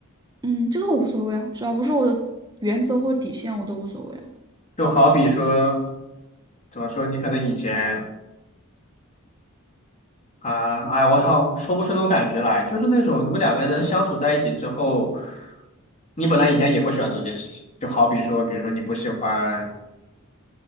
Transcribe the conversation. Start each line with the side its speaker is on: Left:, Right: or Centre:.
Right: 嗯，这个我无所谓啊，只要不是我的原则或者底线，我都无所谓啊。
Left: 就好比说。怎么说？你可能以前啊，哎，我操，说不出那种感觉来，就是那种你们两个人相处在一起之后，你本来以前也不喜欢做这件事情，就好比说，比如说你不喜欢，